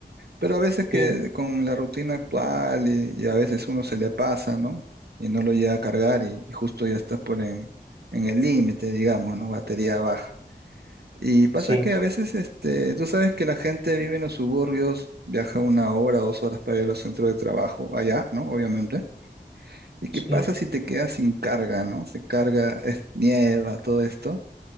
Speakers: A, on the right; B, on the right.
A: pero a veces que
B: Sí,
A: con la rutina actual y, y a veces uno se le pasa, ¿no? Y no lo llega a cargar y, y justo ya estás por en, en el límite, digamos, ¿no? Batería baja. Y pasa
B: sí,
A: que a veces, este, tú sabes que la gente vive en los suburbios, viaja una hora, dos horas para ir al centro de trabajo, allá, ¿no? Obviamente. ¿Y qué
B: sí.
A: pasa si te quedas sin carga, ¿no? Se carga, es nieva, todo esto,